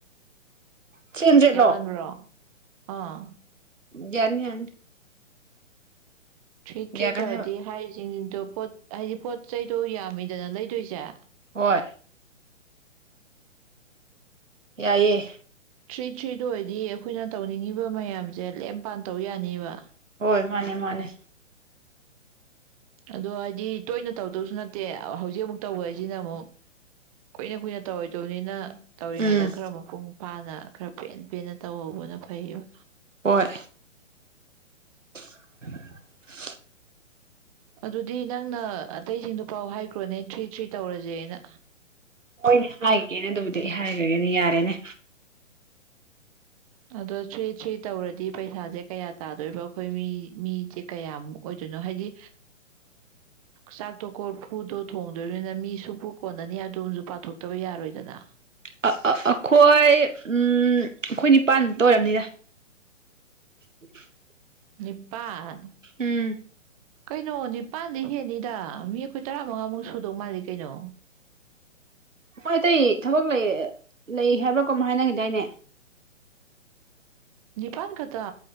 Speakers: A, on the right; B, on the right.
A: ꯊ꯭ꯔꯤ ꯍꯟꯗ꯭ꯔꯦꯠꯂꯣ
B: ꯌꯥꯝꯃꯟꯥꯟꯕ꯭ꯔꯣ ꯑꯥ
A: ꯌꯥꯅꯤ ꯌꯥꯅꯤ
B: ꯊ꯭ꯔꯤ ꯊ꯭ꯔꯤ
A: ꯌꯥꯒꯅꯦꯕ
B: ꯇꯧꯔꯗꯤ ꯍꯥꯏ ꯆꯤꯡꯗꯣ ꯄꯣꯠ ꯍꯥꯏꯗꯤ ꯄꯣꯠ ꯆꯩꯗꯣ ꯌꯥꯝꯃꯤꯗꯅ ꯂꯩꯗꯣꯏꯁꯦ
A: ꯍꯣꯏ ꯌꯥꯏꯑꯌꯦꯦ
B: ꯊ꯭ꯔꯤ-ꯊ꯭ꯔꯤꯗ ꯑꯣꯏꯗꯤ ꯑꯩꯈꯣꯏꯅ ꯇꯧꯅꯤꯡꯉꯤꯕ ꯃꯌꯥꯝꯖꯦ ꯂꯦꯝꯄꯥꯟ ꯇꯧ ꯌꯥꯅꯤꯕꯥ
A: ꯍꯣꯏ ꯃꯥꯅꯦ ꯃꯥꯅꯦ
B: ꯑꯗꯣ ꯍꯥꯏꯗꯤ ꯇꯣꯏꯅ ꯇꯧꯗꯧꯁꯨ ꯅꯠꯇꯦ ꯍꯧꯖꯤꯛ ꯑꯃꯨꯛ ꯇꯧꯕ ꯍꯥꯏꯁꯤꯅ ꯑꯃꯨꯛ ꯀꯨꯏꯅ ꯀꯨꯏꯅ ꯇꯧꯔꯣꯏꯗꯕꯅꯤꯅ ꯇꯧꯔꯤꯉꯩꯗ
A: ꯎꯝ
B: ꯈꯔ ꯃꯄꯨꯡ ꯄꯥꯅ ꯈꯔ ꯄꯦꯟ-ꯄꯦꯟꯅ ꯇꯧꯍꯧꯕꯅ ꯐꯩꯕ
A: ꯍꯣꯏ <unintelligible>
B: ꯑꯗꯨꯗꯤ ꯅꯪꯅ ꯑꯇꯩꯁꯤꯡꯗꯣ ꯄꯥꯎ ꯍꯥꯏꯈ꯭ꯔꯣꯅꯦ ꯊ꯭ꯔꯤ- ꯊ꯭ꯔꯤ ꯇꯧꯔꯖꯦꯅ
A: ꯍꯣꯏꯅꯦ ꯍꯥꯏꯒꯦꯅ ꯑꯗꯨꯕꯨꯗꯤ ꯑꯩ ꯍꯥꯏꯈ꯭ꯔꯒꯦꯅꯦ ꯌꯥꯔꯦꯅꯦ
B: ꯑꯗꯣ ꯊ꯭ꯔꯤ ꯊ꯭ꯔꯤ ꯇꯧꯔꯗꯤ ꯄꯩꯁꯥꯖꯦ ꯀꯌꯥ ꯇꯥꯗꯣꯏꯕ ꯑꯩꯈꯣꯏ ꯃꯤ ꯃꯤꯖꯦ ꯀꯌꯥꯃꯨꯛ ꯑꯣꯏꯗꯣꯏꯅꯣ ꯍꯥꯏꯗꯤ ꯆꯥꯛꯇꯣ ꯀꯣꯜ ꯐꯨꯔꯗꯣ ꯊꯣꯡꯗꯣꯅꯤꯅ ꯃꯤ ꯁꯨꯛ ꯀꯣꯟꯅꯅꯤ ꯍꯥꯏꯕꯗꯨꯝꯖꯨ ꯄꯥꯊꯣꯛꯇꯕ ꯌꯥꯔꯣꯏꯗꯅ
A: ꯑ ꯑ ꯑꯈꯣꯏ ꯎꯝ ꯑꯩꯈꯣꯏ ꯅꯤꯄꯥꯥꯟꯃꯨꯛꯇ ꯑꯣꯏꯔꯝꯅꯤꯗ <unintelligible>
B: ꯅꯤꯄꯥꯥꯟ
A: ꯎꯝ
B: ꯀꯩꯅꯣ ꯅꯤꯄꯥꯜꯗꯤ ꯍꯦꯟꯅꯤꯗ ꯃꯤ ꯑꯩꯈꯣꯏ ꯇꯔꯥꯃꯉꯥꯃꯨꯛ ꯁꯨꯗꯧ ꯃꯥꯜꯂꯤ ꯀꯩꯅꯣ
A: ꯍꯣꯏ ꯑꯇꯩ ꯊꯕꯛ ꯂꯩ ꯂꯩ ꯍꯥꯏꯕ꯭ꯔꯥ ꯀꯝ ꯍꯥꯏꯅꯒꯤꯗꯏꯅꯦ
B: ꯅꯤꯄꯥꯥꯟ ꯈꯇ